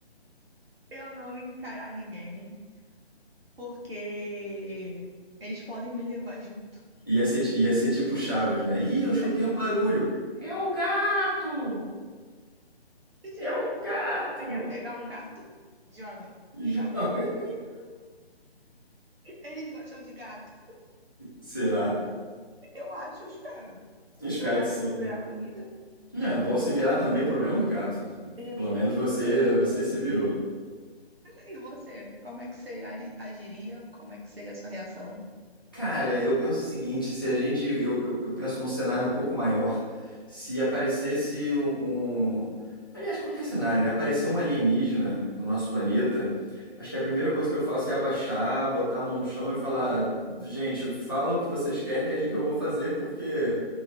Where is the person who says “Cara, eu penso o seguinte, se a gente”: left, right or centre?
Left